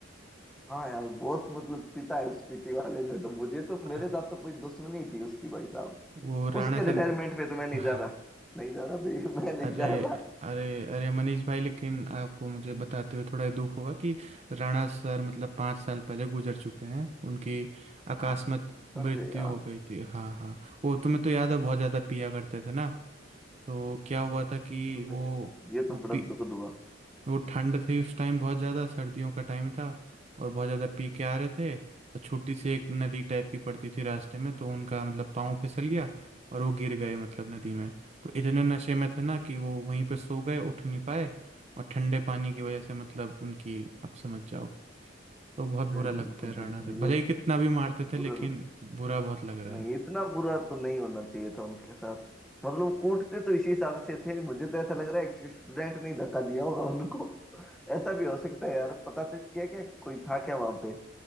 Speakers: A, in the centre; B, on the right.
A: हाँ यार बहुत मतलब पिटा है उस पीटी वाले ने तो मुझे तो
B: अह,
A: मेरे साथ तो कोई दुश्मनी थी उसकी भाई साहब
B: वो राणा
A: उसके
B: सर
A: रिटायरमेंट पे तो मैं
B: <laughs>
A: नहीं जा रहा नहीं जा रहा भाई <laughs> मैं नहीं
B: अरे
A: जा रहा
B: अरे अरे मनीष भाई लेकिन आपको मुझे बताते हुए थोड़ा दुख होगा कि राणा सर मतलब पाँच साल पहले गुजर चुके हैं उनकी अकस्मात
A: अब-
B: मृत्यु
A: अरे यार
B: हो गई थी हाँ हाँ वो तुम्हें तो याद है बहुत ज़्यादा पिया करते थे ना तो क्या हुआ था कि वो
A: अरे यार ये तो
B: वो
A: बड़ा
B: पी,
A: दुखद हुआ
B: वो ठंड थी उस टाइम बहुत ज़्यादा सर्दियों का टाइम था और बहुत ज़्यादा पी के आ रहे थे तो छोटी सी एक नदी टाइप की पड़ती थी रास्ते में तो उनका मतलब पाँव फिसल गया और वो गिर गए मतलब नदी में तो इतने नशे में थे ना कि वो वहीं पे सो गए उठ नहीं पाए और ठंडे पानी की वजह से मतलब उनकी आप समझ जाओ तो बहुत बुरा
A: अरे
B: लगता
A: बिल्कुल
B: है राणा
A: बिल्कुल
B: सर भले
A: ये तो
B: ही कितना भी मारते थे
A: बुरा
B: लेकिन
A: लग...
B: बुरा बहुत लग रहा
A: नहीं
B: है
A: इतना बुरा तो नहीं होना चाहिए था उनके साथ मतलब वो कूटते तो इसी हिसाब से थे मुझे तो ऐसा लग रहा है एक स्टूडेंट ने ही धक्का दिया होगा उनको <laughs> ऐसा भी हो सकता है यार पता तो क्या क्या कोई था क्या वहां पे